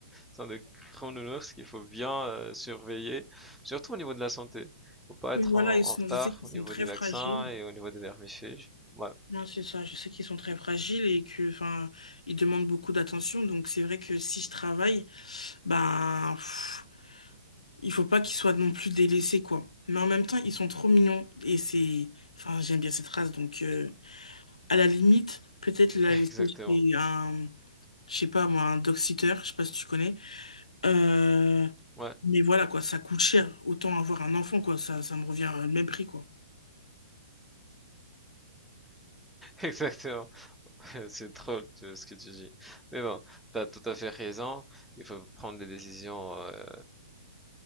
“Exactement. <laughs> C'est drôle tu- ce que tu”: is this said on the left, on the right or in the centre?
Centre